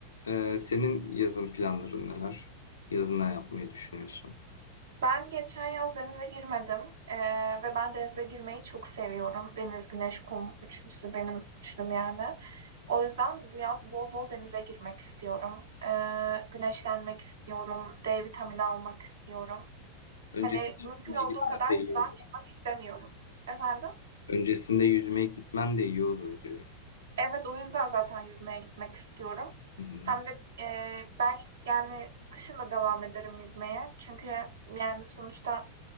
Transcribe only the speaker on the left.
e, senin yazın planların neler? Yazın ne yapmayı düşünüyorsun?
Öncesinde
yüzmeye gitmen
de iyi
olur.
Öncesinde yüzmeye gitmen de iyi olur diyorum.
Hı hı.